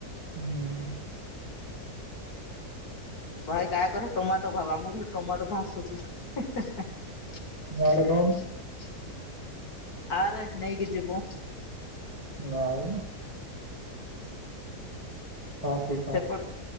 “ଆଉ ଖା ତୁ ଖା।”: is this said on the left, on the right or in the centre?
Right